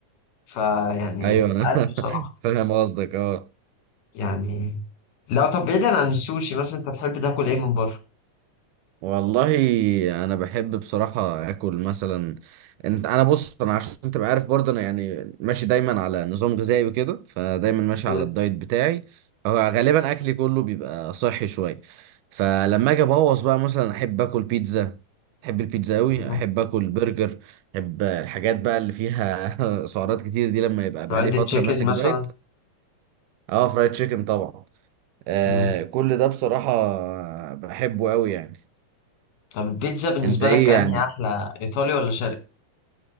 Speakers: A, on the left (about 75°); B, on the right (about 80°).
A: فيعني
B: ايوه
A: مش
B: انا
A: عارف بصراحة
B: <laughs> فاهم قصدك اه
A: يعني لو طب بعيدا عن السوشي مثلا أنت بتحب تاكل إيه من بره؟
B: والله انا بحب بصراحه اكل مثلا انت انا بص انا عشان تبقى عارف برضه انا يعني ماشي دايما على نظام غذائي وكده فدايما ماشي
A: مم.
B: على الدايت بتاعي فغالبا اكلي كله بيبقى صحي شويه فلما اجي ابوظ بقى مثلا احب اكل بيتزا احب البيتزا قوي
A: مم.
B: احب اكل برجر احب الحاجات بقى اللي فيها <laughs> سعرات كتير دي لما يبقى
A: فرايد
B: بقى لي فتره
A: تشيكن
B: ماسك
A: مثلا
B: دايت اه فرايد تشيكن طبعا آه
A: مم.
B: كل ده بصراحه بحبه قوي يعني
A: طب البيتزا بالنسبة
B: انت ايه
A: لك أنهي
B: يعني
A: أحلى إيطالي ولا شرقي؟